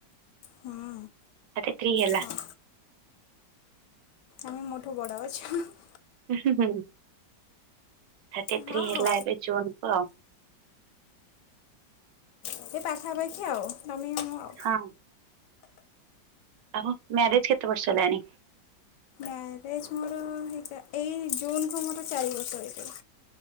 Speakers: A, on the left; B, on the right.
A: ହଁ।
B: ଥାର୍ଟିଥ୍ରୀ ହେଲା
A: ହଁ ଆଃ ମୋଠୁବଡ଼ ଅଛ। ହଁ ହଁ
B: ଉଁ ହୁଁ ହୁଁ ହୁ ଥାର୍ଟି
A: ହଁ
B: ଥ୍ରୀ ହେଲା
A: ହଉ
B: ଏବେ ଜୁନ୍ କୁ ଆଉ।
A: ସେ ପାଖାପାଖି ଆଉ ତମେ ମୁଁ ଆଉ
B: ହଁ। ଆଉ ମ୍ୟାରେଜ କେତେ ବର୍ଷ ହେଲାଣି?
A: ମ୍ୟାରେଜ୍ ମୋର ହେଇଟା ଏଇ ଜୁନ୍ କୁ ମୋର ଚାରି ବର୍ଷ ହେଇଯିବ।